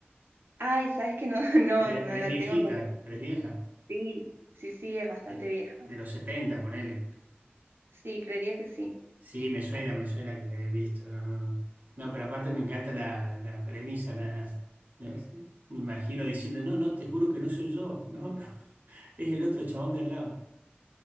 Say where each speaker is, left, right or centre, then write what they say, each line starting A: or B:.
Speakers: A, on the right; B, on the right.
A: Ay, sabes que no, <laughs> no,
B: Pero,
A: no
B: pero
A: la
B: es viejita,
A: tengo con
B: pero es vieja.
A: Sí, sí, sí, es bastante
B: de,
A: vieja.
B: de los 70 ponele.
A: Sí, creería que sí.
B: Sí, me suena, me suena que la he visto. No, no, No, pero aparte me encanta la, la premisa. La, me imagino diciendo, no, no, te juro que no soy yo, no, <laughs> es el otro chabón de al lado.